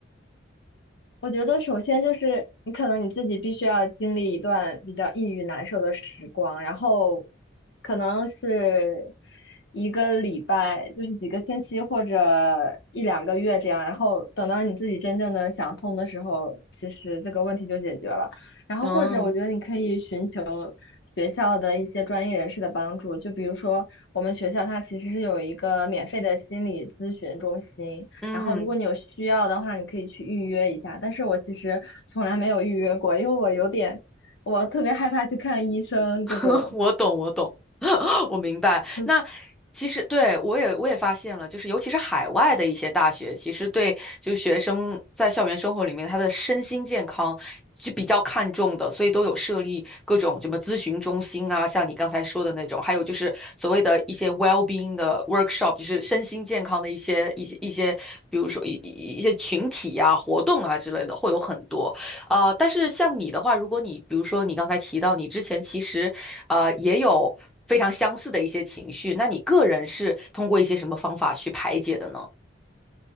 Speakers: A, on the left; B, in the centre.
A: 我觉得首先就是你可能你自己必须要经历一段比较抑郁难受的时光，然后可能是一个礼拜，就是几个星期或者一两个月这样，然后等到你自己真正的想通的时候，其实这个问题就解决了。然后或者我觉得你可以寻求学校的一些专业人士的帮助，
B: 嗯
A: 就比如说我们学校它其实是有一个免费的心理咨询中心。
B: 嗯。
A: 然后如果你有需要的话，你可以去预约一下。但是我其实从来没有预约过，因为我有点，我特别害怕去看医生这种。
B: <laughs> 我懂，我懂，<laughs> 我明白。
A: 嗯
B: 那其实对我也我也发现了，就是尤其是海外的一些大学，其实对就学生在校园生活里面他的身心健康是比较看重的，所以都有设立各种什么咨询中心啊，像你刚才说的那种，还有就是所谓的一些 well-being 的 workshop，就是身心健康的一些一些一些，比如说一一一些群体呀、活动啊之类的，会有很多。呃，但是像你的话，如果你比如说你刚才提到你之前其实呃也有非常相似的一些情绪，那你个人是通过一些什么方法去排解的呢？